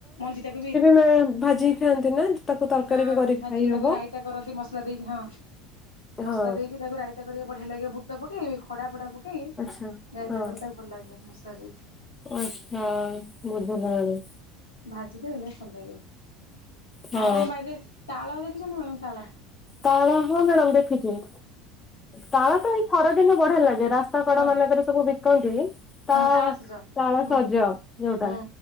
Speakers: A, on the left; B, on the left.
A: ମଞ୍ଜିଟାକୁ ବି
B: ତେ ଭାଜି ଖାଆନ୍ତି <unintelligible>
A: ହଁ
B: ବି କରିକି
A: ଭାଜିକି
B: ଖାଇ
A: ତାକୁ
B: ହବ
A: ରାଇତା କରନ୍ତି ମସଲା ଦେଇକି ହଁ
B: ହଁ
A: ମସଲା ଦେଇକି ତାକୁ ରାଇତା ରାଇତା କରି ବଢିଆ ଲାଗେ ବୁଟ ପକେଇ ଖଡା ଫଡା ପକେଇ
B: ଆଚ୍ଛା
A: ରାଇତା
B: ହଁ
A: କଲେ ତାକୁ ଭଲ ଲାଗେ ମସଲା ଦେଇକି।
B: ଆଚ୍ଛା ବୁଝଲି ମ୍ୟାଡ଼ାମ୍।
A: ଭାଜି ଦେଲେ ଭଲ୍ ଲାଗେ।
B: ହଁ
A: ଆଉ ଆମ୍ ବାଡିରେ ତାଳ ଦେଖିଚନ୍ତି ମ୍ୟାଡ଼ାମ୍ ତାଳ?
B: ତାଳ ହଁ ମ୍ୟାଡାମ୍ ଦେଖିଚି। ତାଳ ତ ଏଇ ଖରାଦିନେ ବଢିଆ ଲାଗେ, ରାସ୍ତା କଡ
A: ହଁ
B: ମାନଙ୍କେରେ ସବୁ ବିକନ୍ତିି ତାଳ
A: ହଁ ସଜ
B: ତାଳ
A: ହୁଁ
B: ସଜ ଯୋଉଟା।
A: ହୁଁ